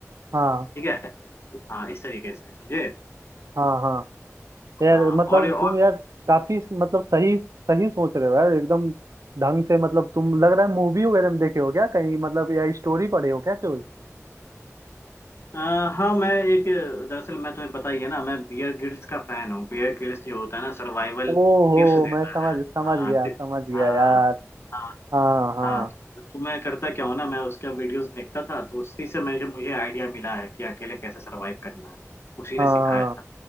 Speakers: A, on the right; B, on the left.
A: हाँ
B: ठीक है हाँ इस तरीके से समझे
A: हाँ हाँ यार
B: हाँ
A: मतलब
B: और और
A: तुम यार काफी मतलब सही सही सोच रहे हो यार एकदम ढंग से मतलब तुम लग रहा है मूवी वगैरह में देखे हो क्या कहीं मतलब या स्टोरी पढ़े हो क्या कोई
B: आ, हाँ मैं एक दरअसल मैं तुम्हें पता ही है ना मैं बियर ग्रिल्स का फैन हूँ बियर ग्रिल्स जो होता है ना सर्वाइवल
A: ओहो
B: टिप्स देता
A: मैं समझ
B: है
A: समझ
B: हाँ
A: गया
B: ति-
A: समझ गया
B: हाँ
A: यार
B: हाँ
A: हाँ हाँ
B: हाँ तो तो मैं करता क्या हूँ ना मैं उसका वीडियोस देखता था तो उसी से मुझे मुझे आइडिया मिला है कि अकेले कैसे सरवाइव करना है उसी
A: हाँ
B: ने सिखाया था